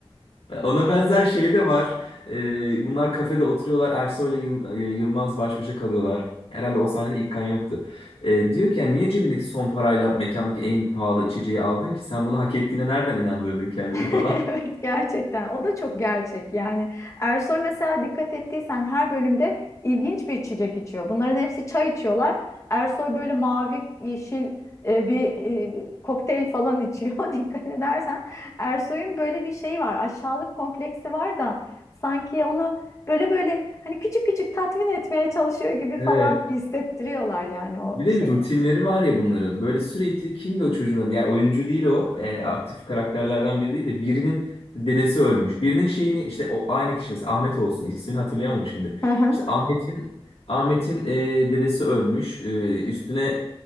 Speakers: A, on the left; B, on the left.
A: Ona benzer şey de var. Ee, bunlar kafede oturuyorlar. Ersoy'la Yıl- e, Yılmaz baş başa kalıyorlar. Herhalde o sahnede İlkan yoktu. Ee, diyor ki yani niye cebindeki son parayla mekandaki en pahalı içeceği aldın ki? Sen bunu hak ettiğine nereden inandırdın kendini
B: <laughs>
A: falan.
B: Evet gerçekten o da çok gerçek yani Ersoy mesela dikkat ettiysen her bölümde ilginç bir içecek içiyor bunların hepsi çay içiyorlar Ersoy böyle mavi yeşil e, bir e, kokteyl falan içiyor <laughs> dikkat edersen Ersoy'un böyle bir şeyi var aşağılık kompleksi var da sanki onu böyle böyle hani küçük küçük tatmin etmeye çalışıyor gibi
A: <laughs>
B: falan hissettiriyorlar yani o
A: Bir de
B: şeyi.
A: bir rutinleri var ya bunların. Böyle sürekli kimdi o çocuğun adı? Yani oyuncu değil o. Yani aktif karakterlerden biri değil de birinin işte dedesi ölmüş. Birinin şeyini işte o aynı kişi mesela Ahmet olsun. ismini hatırlayamadım şimdi.
B: Hı hı.
A: İşte Ahmet'in Ahmet'in e, dedesi ölmüş. E, üstüne